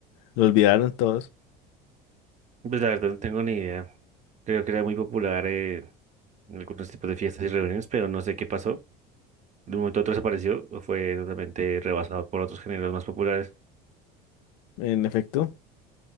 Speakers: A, on the left; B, on the right.
A: lo olvidaron todos,
B: Pues la verdad no tengo ni idea. Creo que era muy popular eh, en algunos tipos de fiestas y reuniones, pero no sé qué pasó. De un momento a otro desapareció o fue totalmente rebasado por otros géneros más populares.
A: en efecto.